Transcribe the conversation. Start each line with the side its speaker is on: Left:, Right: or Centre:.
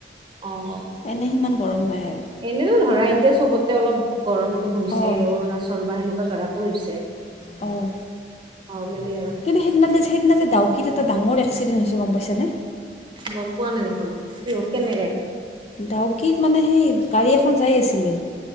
Right: অ'
Left: এনে সিমান গৰম নাই আৰু।
Right: এনেতো ধৰা এতিয়া চবতে অলপ গৰমটো হৈছে,
Left: অঁ
Right: অৰুণাচল বা সেনেকুৱা জাগাতো হৈছে।
Left: অ'
Right: অ' মিলি অ'
Left: কিন্তু সেইদিনা যে সেইদিনা যে ডাউকিত এটা ডাঙৰ এক্সিডেণ্ট হৈছে গম পাইছানে?
Right: গম পোৱা নাই দেখোন, কিয় হ'ল কেনেকে?
Left: ডাউকীত মানে সেই গাড়ী এখন যাই আছিলে